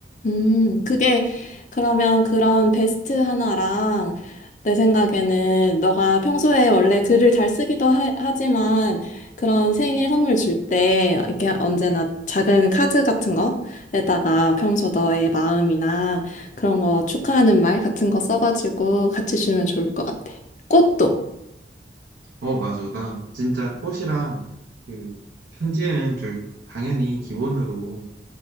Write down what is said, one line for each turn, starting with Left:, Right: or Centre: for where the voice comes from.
Left: 음, 그게 그러면 그런 베스트 하나랑 내 생각에는 너가 평소에 원래 글을 잘 쓰기도 하, 하지만 그런 생일 선물 줄 때 이렇게 언제나 작은 카드 같은 거에다가 평소 너의 마음이나 그런 거 축하하는 말 같은 거 써가지고 같이 주면 좋을 것 같아. 꽃도.
Right: 어 맞아 나 진짜 꽃이랑 그 편지는 줄 당연히 기본으로